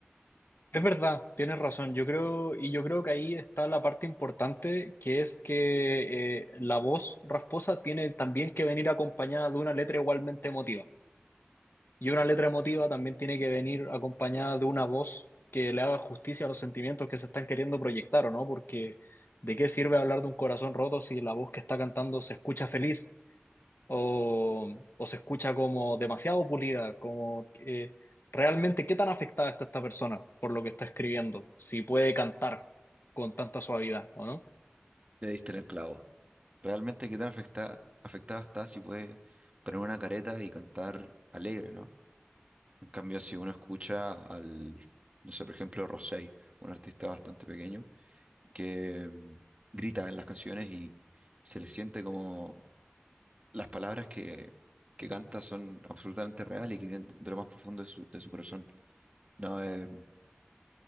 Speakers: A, on the left (about 60°); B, on the right (about 30°).
A: Es verdad, tienes razón. Yo creo, y yo creo que ahí está la parte importante, que es que eh, la voz rasposa tiene también que venir acompañada de una letra igualmente emotiva. Y una letra emotiva también tiene que venir acompañada de una voz que le haga justicia a los sentimientos que se están queriendo proyectar, ¿o no? Porque ¿de qué sirve hablar de un corazón roto si la voz que está cantando se escucha feliz? o, o se escucha como demasiado pulida, como eh, realmente qué tan afectada está esta persona por lo que está escribiendo, si puede cantar con tanta suavidad o no.
B: Le diste en el clavo. Realmente qué tan afecta, afectada está si puede poner una careta y cantar alegre, ¿no? En cambio, si uno escucha al, no sé, por ejemplo, Rosé, un artista bastante pequeño, que mm, grita en las canciones y se le siente como las palabras que, que canta son absolutamente reales y que vienen de lo más profundo de su, de su corazón. No, eh,